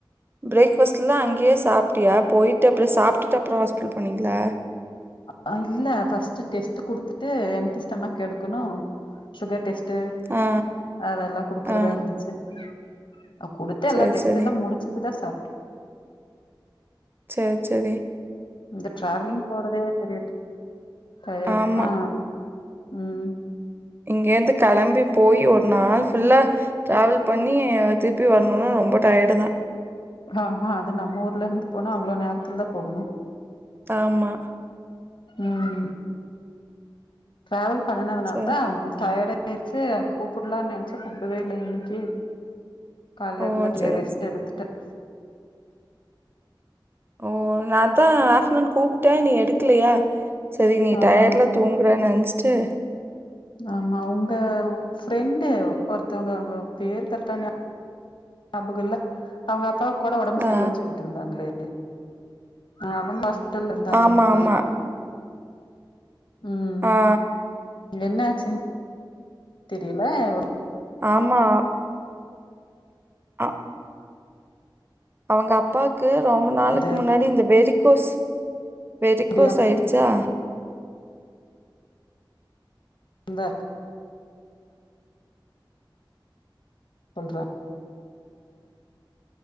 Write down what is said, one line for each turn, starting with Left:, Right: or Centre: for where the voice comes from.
Right: பிரேக் ஃபஸ்ட்லா அங்கயே சாப்ட்டியா போயிட்டு அப்றோ சாப்ட்டுட்டு அப்றோ ஹாஸ்பிட்டல் போனீங்ளா
Left: அ இல்ல ஃபர்ஸ்ட்டு டெஸ்ட்டு குடுத்துட்டு எம்டி ஸ்டொமெக் எடுக்கனோ சுகர் டெஸ் ட்டு
Right: ஆ,
Left: அதெல்லா குடுக்கறதா
Right: ஆ.
Left: இருந்துச்சு ஆ குடு தல்லா
Right: சரி,
Left: டெஸ்ட்யெல்லா
Right: சரி.
Left: முடிச்சுட்டு தா சாப்
Right: செர் செரி
Left: இந்த டிராவலிங் போறதே பெரிய ட டயர்டு
Right: ஆமா.
Left: அ ம்
Right: இங்கயிருந்து கிளம்பி போய் ஒரு நாள் ஃபுல்லா டிராவல் பண்ணி திருப்பி வரனோனா ரொம்ப டயர்டு தா
Left: ஆமா அது நம்ம ஊர்ல இருந்து போனா அவ்ளோ நேரத்துல தா போகனோ
Right: ஆமா
Left: ம் ம் டிராவல் பண்ணனதுனால
Right: சரி.
Left: தா டயடாயிருச்சு கூப்பிடலான் நெனச்ச கூப்படவே இல்ல இன்னைக்கி கால்லருந்து
Right: ஓ!
Left: அப்டியே
Right: சரி,
Left: ரெஸ்ட்
Right: சரி.
Left: எடுத்துட்டேன்
Right: ஓ நா அதா ஆஃப்ட்நூன் கூப்டே நீ எடுக்லையா செரி நீ
Left: ஆமா
Right: டயட்ல தூங்குற நெனைச்சிட்டு
Left: ஆமா அவுங்க ஃப்ரெண்டு ஒருத்தவங்க அவுங்க பேர் கரெக்டா நியா பகம் இல்ல அவுங்க அப்பாக்கோட ஒடம்பு
Right: ஆ.
Left: சரில்லன்னு சொல் ட்ருந்தாங்ளே அ அவங்க ஹாஸ்பிட்டல்ல இருந்தாங்க
Right: ஆமா,
Left: பாத்தே
Right: ஆமா.
Left: ம்
Right: அ
Left: என்னாச்சுன் தெரில ஒரு
Right: ஆமா அ அவுங்க அப்பாக்கு ரொம்ப நாளுக்கு
Left: இது
Right: முன்னாடி இந்த வெரிக்கோஸ் வெரிக்கோஸ்
Left: முடியாம
Right: ஆயிடுச்சா
Left: இந்தாருக்கு பண்றே